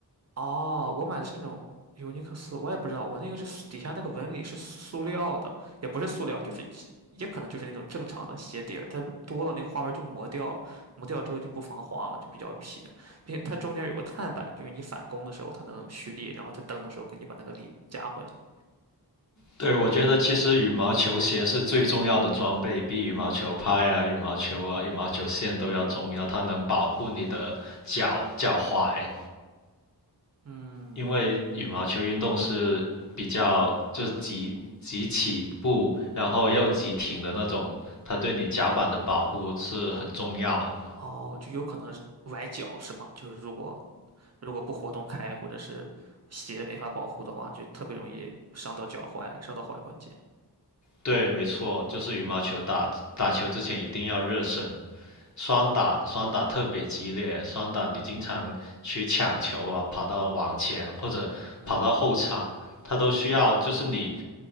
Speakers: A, on the right; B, on the left.
A: 哦，我买的是那种尤尼克斯，我也不知道，我那个是塑底下那个纹理是塑料的，也不是塑料，就是也可能就是那种正常的鞋底儿，它多了那个花纹就磨掉了，磨掉之后就不防滑了，就比较平，并且它中间有个碳板，就是你反弓的时候它能蓄力，然后在蹬的时候给你把那个力加回来。
B: 对，我觉得其实羽毛球鞋是最重要的装备，比羽毛球拍啊、羽毛球啊、羽毛球线都要重要，它能保护你的脚脚踝。
A: 嗯，
B: 因为羽毛球运动是比较就是急急起步，然后又急停的那种，它对你脚板的保护是很重要的。
A: 哦，就有可能是崴脚是吗？就是如果如果不活动开，或者是鞋没法保护的话，就特别容易伤到脚踝，伤到踝关节。
B: 对，没错，就是羽毛球打打球之前一定要热身，双打双打特别激烈，双打你经常去抢球啊，跑到网前或者跑到后场，它都需要就是你